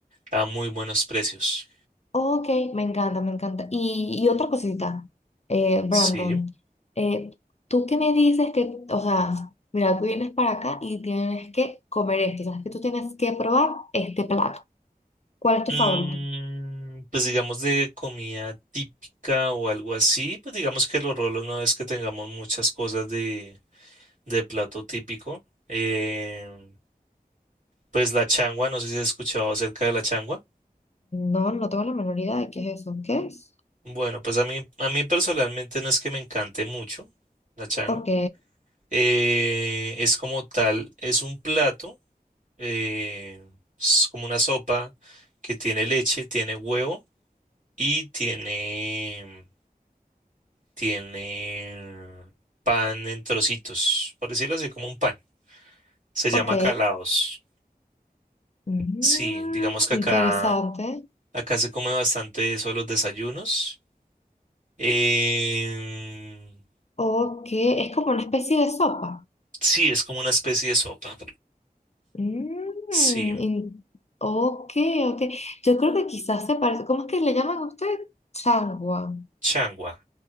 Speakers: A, on the right (about 55°); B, on the left (about 45°).
A: a muy buenos precios.
B: Ok, me encanta, me encanta. Y, y otra cosita, eh,
A: Sí.
B: Brandon, eh, tú que me dices que, o sea, mira, tú vienes para acá y tienes que comer esto, o sea, que tú tienes que probar este plato. ¿Cuál es tu
A: Mm,
B: favorito?
A: pues digamos de comida típica o algo así, pues digamos que los rolos no es que tengamos muchas cosas de, de plato típico. Eh, pues la changua, no sé si has escuchado acerca de la changua.
B: No, no tengo la menor idea de qué es eso. ¿Qué es?
A: Bueno, pues a mí, a mí personalmente no es que me encante mucho la changua.
B: Ok,
A: Eh, es como tal, es un plato, eh, es como una sopa que tiene leche, tiene huevo y tiene Tiene pan en trocitos, por decirlo así, como un pan. Se llama
B: ok.
A: calados.
B: Mm,
A: Sí, digamos que
B: interesante.
A: acá, acá se come bastante eso a los desayunos. Em,
B: Ok, es como una especie de sopa.
A: sí, es como una especie de sopa.
B: Mm,
A: Sí,
B: in- ok, ok. Yo creo que quizás se parece. ¿Cómo es que le llaman a usted? Chagua.
A: changua.